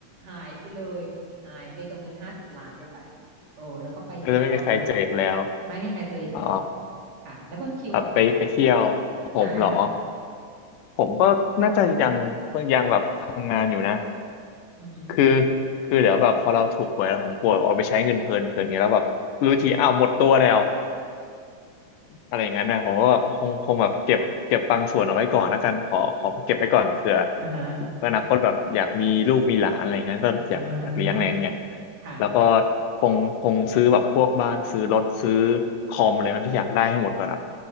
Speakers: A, on the right; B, on the left.
A: หายไปเลยหายไปกับเงินห้าสิบล้านเลยจ้ะโอ้แล้วก็ไปอยู่รอบโลก
B: ก็จะไม่มีใครเจออีกแล้ว
A: ไม่มีใครเจออีกแล้วค่ะ
B: อ๋อ
A: ค่ะแล้วคุณคิวอะคะ
B: ครับไปไปเที่ยวผมเหรอ
A: ใช่ค่ะ
B: ผมก็น่าจะยังยังแบบทำงานอยู่นะ
A: อือหือ
B: คือคือเดี๋ยวแบบพอเราถูกหวยแล้วผมกลัวเอาไปใช้เงินเพลินเกินไงแล้วแบบรู้ทีอ้าวหมดตัวแล้ว อะไรอย่างนั้นนะผมก็คงคงแบบเก็บเก็บบางส่วนเอาไว้ก่อนแล้วกันขอขอเก็บไว้ก่อนเผื่อ
A: อ่าฮะ
B: อนาคตแบบอยากมีลูกมีหลานอะไรอย่างนั้นก็อยากอยากเลี้ยงอะไรอย่างเงี้ย
A: อ่าค่ะ
B: แล้วก็คงคงซื้อแบบพวกบ้านซื้อรถซื้อคอมอะไรที่อยากได้ให้หมดก่อนครับ